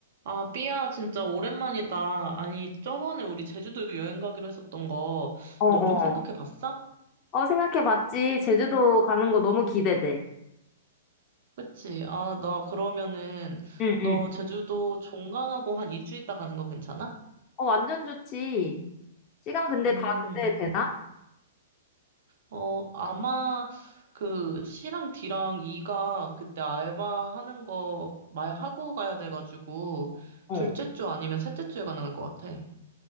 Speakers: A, on the right; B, on the left.
A: 아, 삐야, 진짜 오랜만이다. 아니, 저번에 우리 제주도 여행 가기로 했었던 거,
B: 어, 어.
A: 너 좀 생각해 봤어?
B: 어, 생각해봤지. 제주도 가는 거 너무 기대돼.
A: 그치? 아, 나 그러면은,
B: 응,
A: 너
B: 응.
A: 제주도 종강하고 한 2주 있다 가는 거 괜찮아?
B: 어, 완전 좋지. 시간 근데
A: 음,
B: 다 그때 되나?
A: 어, 아마 그 C랑 D랑 E가 그때 알바 하는 거 말하고 가야 돼가지고,
B: 어.
A: 둘째 주 아니면 셋째 주에 가능할 것 같아. 응,